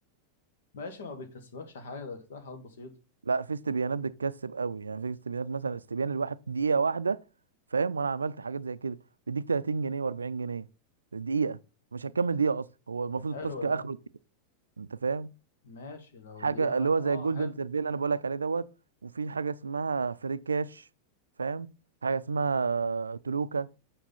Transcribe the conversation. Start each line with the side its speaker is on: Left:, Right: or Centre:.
Left: ماشي ما بيكسبكش حاجة ده بيكسبك حاجات بسيطة
Right: لا في استبيانات بتكسب قوي يعني في استبيانات مثلا استبيان الواحد دقيقه واحده فاهم وانا عملت حاجات زي كده بيديك 30 جنيه و40 جنيه دقيقه مش هتكمل دقيقه اصلا هو المفروض
Left: طب حلو
Right: التاسك
Left: ده
Right: اخره دقيقه انت فاهم
Left: ماشي لو
Right: حاجه
Left: دي ما
Right: اللي هو
Left: اه
Right: زي الجولدن
Left: حلو
Right: سيرفي اللي انا بقول لك عليه دوت وفي حاجه اسمها فري كاش فاهم حاجه اسمها تلوكا